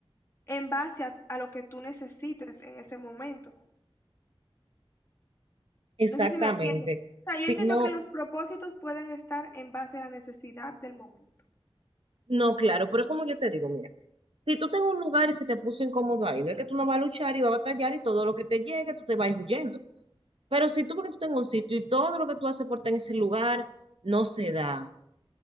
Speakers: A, on the left; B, on the right.
A: en base a, a lo que tú necesites en ese momento.
B: Exactamente.
A: No sé si me entiendes. O
B: Si
A: sea, yo entiendo
B: no,
A: que los propósitos pueden estar en base a la necesidad del momento.
B: No, claro, pero como yo te digo, mira, si tú tengo un lugar y se te puso incómodo ahí, no es que tú no vas a luchar y vas a batallar y todo lo que te llegue, tú te vas a ir huyendo. Pero si tú porque tú tengas un sitio y todo lo que tú haces por estar en ese lugar no se da,